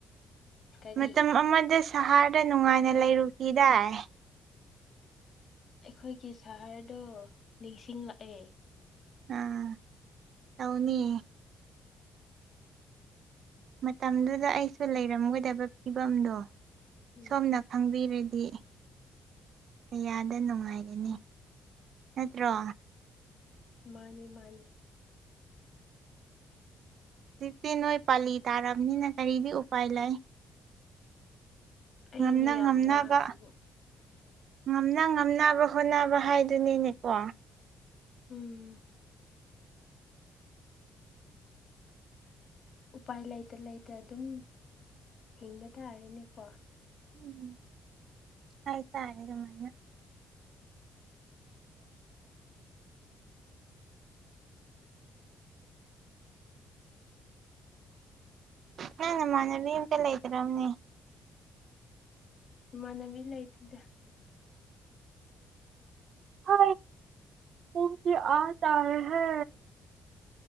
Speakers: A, on the left; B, on the right.
A: ꯀꯔꯤ
B: ꯃꯇꯝ ꯑꯃꯗ ꯁꯍꯔꯗ ꯅꯨꯡꯉꯥꯏꯅ ꯂꯩꯔꯨꯈꯤꯗꯥꯏ
A: ꯑꯩꯈꯣꯏꯒꯤ ꯁꯍꯔꯗꯣ ꯅꯤꯡꯁꯤꯡꯂꯛꯑꯦ
B: ꯑꯝ ꯇꯧꯅꯤ ꯃꯇꯝꯗꯨꯗ ꯑꯩꯁꯨ ꯂꯩꯔꯝꯒꯗꯕ ꯐꯤꯕꯝꯗꯣ
A: ꯎꯝ
B: ꯁꯣꯝꯅ ꯈꯪꯕꯤꯔ ꯗꯤ ꯀꯌꯥꯗ ꯅꯨꯡꯉꯥꯏꯒꯅꯤ ꯅꯠꯇ꯭ꯔꯣ
A: ꯃꯥꯅꯤ ꯃꯥꯅꯤ
B: ꯍꯧꯖꯤꯛꯇꯤ ꯅꯣꯏ ꯄꯥꯜꯂꯤ ꯇꯥꯔꯕꯅꯤꯅ ꯀꯔꯤꯗꯤ ꯎꯄꯥꯏ ꯂꯩ
A: ꯑꯩꯅꯦ
B: ꯉꯝꯅ ꯉꯝꯅꯕ
A: ꯌꯥꯝ ꯋꯥꯔꯦꯕꯣ
B: ꯉꯝꯅ ꯉꯝꯅꯕ ꯍꯣꯠꯅꯕ ꯍꯥꯏꯗꯨꯅꯤꯅꯦꯀꯣ
A: ꯎꯝ ꯎꯄꯥꯏ ꯂꯩꯇ ꯂꯩꯇ ꯑꯗꯨꯝ ꯍꯤꯡꯕ ꯇꯥꯔꯦꯅꯦꯀꯣ
B: ꯎꯝ ꯍꯥꯏ ꯇꯔꯦ ꯑꯗꯨꯃꯥꯏꯅ ꯅ ꯅ ꯃꯥꯅꯕꯤ ꯑꯝꯇ ꯂꯩꯇ꯭ꯔꯕꯅꯦ
A: ꯏꯃꯥꯟꯅꯕꯤ ꯂꯩꯇꯗ
B: ꯍ ꯇꯖꯤ ꯑ ꯇꯔ ꯍ